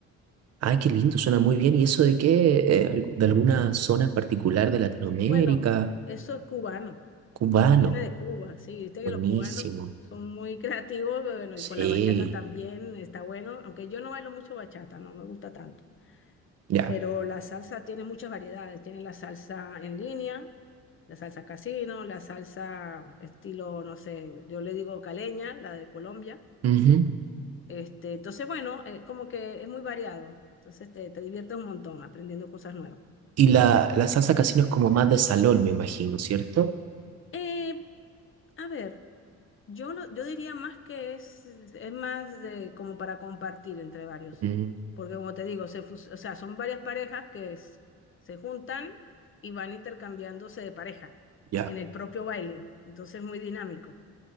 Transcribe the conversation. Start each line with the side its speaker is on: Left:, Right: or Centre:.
Right: Ay, qué lindo, suena muy bien. ¿Y eso de qué? Eh, al- ¿De alguna zona en particular de Latinoamérica?
Left: Bueno, eso es cubano,
Right: Cubano.
Left: eso viene de Cuba, sí, viste
Right: Buenísimo.
Left: que los cubanos son muy <laughs> creativos, pero bueno, y
Right: Sí.
Left: con la bachata también está bueno, aunque yo no bailo mucho bachata, no me gusta tanto,
Right: Ya.
Left: pero la salsa tiene muchas variedades, tiene la salsa en línea. La salsa casino, la salsa estilo, no sé, yo le digo caleña, la de Colombia,
Right: Ujú.
Left: Este, entonces, bueno, eh, como que es muy variado. Entonces te, te diviertes un montón aprendiendo cosas nuevas.
Right: Y la, la salsa casino es como más de salón, me imagino, ¿cierto?
Left: Eh, a ver, yo, lo- yo diría más que es, es más de como para compartir entre varios.
Right: Mm,
Left: Porque como te digo, se fus- o sea, son varias parejas que es- se juntan y van intercambiándose de pareja
Right: ya.
Left: en el propio baile. Entonces es muy dinámico.